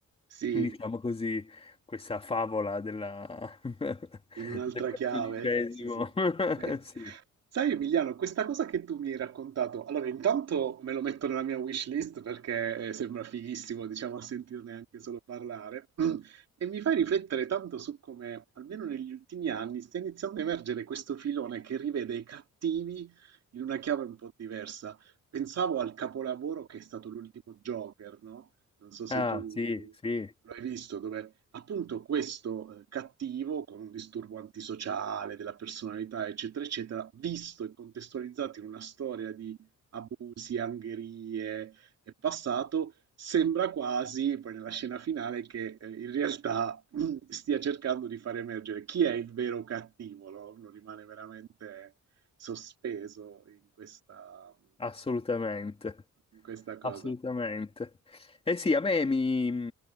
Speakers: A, on the right (about 60°); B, on the left (about 20°).
A: sì.
B: diciamo così, questa favola della... <laughs>
A: In un'altra
B: del cattolicesimo.
A: chiave? Sì, sì.
B: <laughs>
A: Sì.
B: Sì.
A: Sai Emiliano, questa cosa che tu mi hai raccontato, allora intanto me lo metto nella mia wish list perché eh, sembra fighissimo, diciamo, a sentirne anche solo parlare, <clears throat> e mi fai riflettere tanto su come, almeno negli ultimi anni, stia iniziando a emergere questo filone che rivede i cattivi in una chiave un po' diversa. Pensavo al capolavoro che è stato l'ultimo Joker, no? Non so se
B: Ah,
A: tu
B: sì, sì,
A: lo hai visto, dove Appunto questo, ehm, cattivo con un disturbo antisociale della personalità, eccetera, eccetera, visto e contestualizzato in una storia di abusi, angherie e passato, sembra quasi, poi nella scena finale, che eh, in realtà <clears throat> stia cercando di far emergere chi è il vero cattivo, no? Uno rimane veramente sospeso in questa,
B: assolutamente.
A: in questa cosa.
B: Assolutamente. Eh sì, a me mi,